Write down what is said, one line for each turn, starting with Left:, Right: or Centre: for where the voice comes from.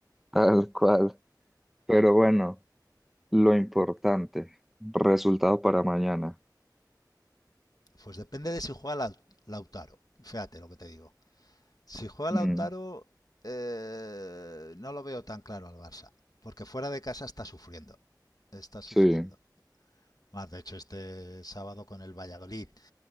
Centre: tal cual. Pero bueno. Lo importante, resultado para mañana.
Left: Pues depende de si juega Lau- Lautaro. Fíjate lo que te digo. Si juega
Centre: Mm,
Left: Lautaro, eh, no lo veo tan claro al Barça. Porque fuera de casa está sufriendo. Está sufriendo.
Centre: sí.
Left: Más de hecho, este sábado con el Valladolid,